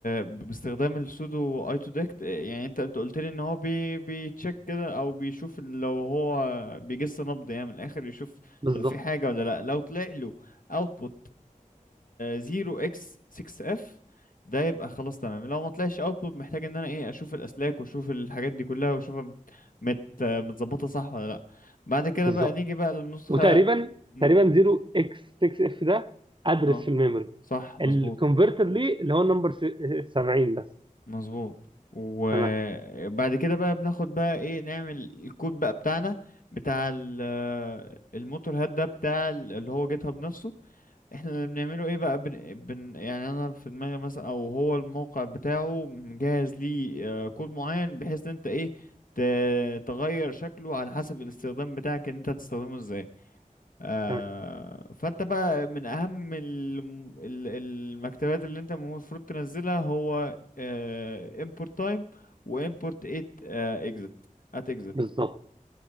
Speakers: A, on the left; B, on the right.
A: باستخدام السودو اي تو ديكت يعني انت انت قلت لي ان هو بي بيتشيك كده او بيشوف لو هو بيجس نبض يعني من الاخر يشوف
B: بالظبط
A: لو في حاجه ولا لا لو طلع له اوتبوت 0 x 6 اف ده يبقى خلاص تمام لو ما طلعش اوتبوت محتاج ان انا ايه اشوف الاسلاك واشوف الحاجات دي كلها واشوفها مت... مت... متظبطه صح ولا لا بعد كده
B: بالظبط
A: بقى نيجي بقى للنسخه
B: وتقريبا
A: مم،
B: تقريبا 0 اكس 6 اف ده ادرس
A: اه
B: في الميموري
A: صح مظبوط
B: الكونفرتر ليه اللي هو النمبر 70 بس
A: مظبوط وبعد
B: تمام
A: كده بقى بناخد بقى ايه نعمل الكود بقى بتاعنا بتاع ال- الموتور هاد ده بتاع ال- اللي هو جيت هاب نفسه احنا اللي بنعمله ايه بقى بن... بن... يعني انا في دماغي مثلا او هو الموقع بتاعه مجهز ليه آه، كود معين بحيث ان انت ايه ت... تغير شكله على حسب الاستخدام بتاعك ان انت هتستخدمه ازاي آه...
B: تمام
A: فانت بقى من اهم ال... ال- المكتبات اللي انت المفروض تنزلها هو آه... import time و import at آه... exit at exit
B: بالظبط